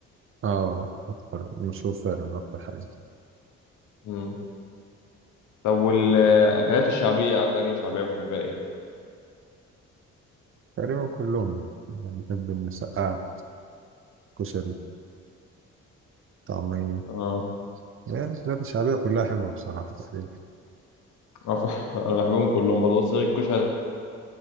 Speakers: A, on the right; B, on the left.
A: اه اكتر مشهور فعلا اكتر حاجه
B: امم طب والاكلات الشعبيه اكتر اكله شعبيه بتحبها ايه
A: تقريبا كلهم يعني بحب المسقعه كشري طعميه
B: اه
A: يعني الحاجات الشعبيه كلها حلوه بصراحه تقريبا
B: <laughs> أنا بحبهم كلهم برضه بس الكشري